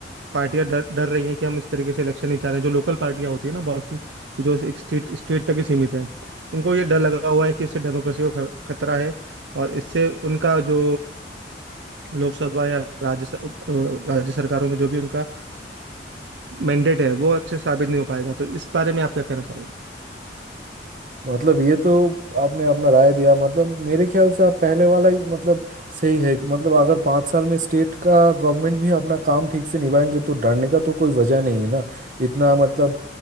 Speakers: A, on the right; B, on the right.
A: पार्टियां डर डर रही हैं कि हम इस तरीके से इलेक्शन नहीं चाह रहे हैं जो लोकल पार्टियां होती है ना बहुत सी कि जो एक स्टेट स्टेट तक ही सीमित है उनको ये डर लगा हुआ है कि इससे डेमोक्रेसी को ख- खतरा है और इससे उनका जो लोकसभा या राज्य स- अ, राज्य सरकारों में जो भी उनका मैंडेट है वो अच्छे से साबित नहीं हो पाएगा तो इस बारे में आप क्या कहना चाहोगे
B: मतलब ये तो आपने अपना राय दिया मतलब मेरे ख्याल से आप पहले वाला ही मतलब सही है कि मतलब अगर पाँच साल में स्टेट का गवर्नमेंट भी अपना काम ठीक से निभाएंगे तो डरने का तो कोई वजह नहीं है ना इतना मतलब